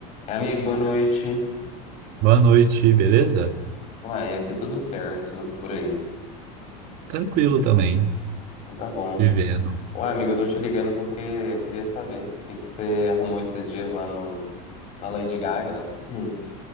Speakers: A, on the left; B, on the right.
A: É, Amigo, boa noite.
B: Boa noite, beleza?
A: Uai, aqui tudo certo, por aí.
B: Tranquilo também,
A: Então tá bom.
B: vivendo.
A: Uai, amigo, eu tô te ligando porque eu queria saber o que que você arrumou esses dias lá no, na Lady Gaga. Hum,